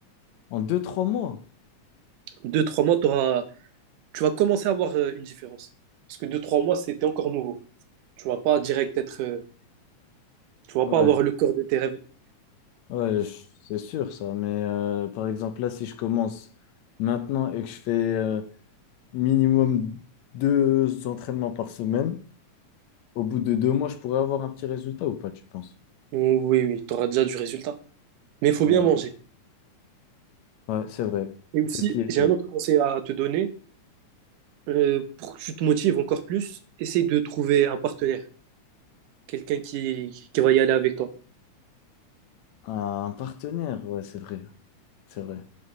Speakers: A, on the left; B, on the right.
A: En deux, trois mois?
B: Deux trois mois, t'auras, tu vas commencer à avoir euh, une différence. Parce que deux trois mois, c'était encore nouveau. Tu vas pas direct être. euh, tu vas
A: Ouais,
B: pas avoir le corps de tes rêves.
A: ouais, je- c'est sûr ça. Mais euh, par exemple, là, si je commence maintenant et que je fais euh, minimum deux entraînements par semaine, au bout de deux mois, je pourrais avoir un petit résultat ou pas, tu penses?
B: Oui, oui, tu auras déjà du résultat. Mais il faut
A: Ouais,
B: bien manger.
A: Ouais, c'est vrai.
B: Et aussi,
A: C'est ce qui est dur.
B: j'ai un autre conseil à te donner. euh, pour que tu te motives encore plus, essaye de trouver un partenaire, quelqu'un qui, qui va y aller avec toi.
A: Un partenaire, ouais, c'est vrai. C'est vrai.